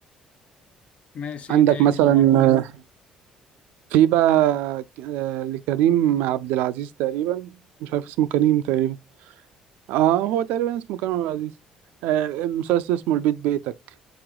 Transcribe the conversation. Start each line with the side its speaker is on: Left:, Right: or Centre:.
Left: ماشي
Right: عندك
Left: إيه تاني
Right: مثلا
Left: اللي موجود؟
Right: آه، في بقى آه، لكريم عبد العزيز تقريبا مش عارف اسمه كريم تقريبا اه هو تقريبا اسمه كريم عبد العزيز آه، مسلسل اسمه البيت بيتك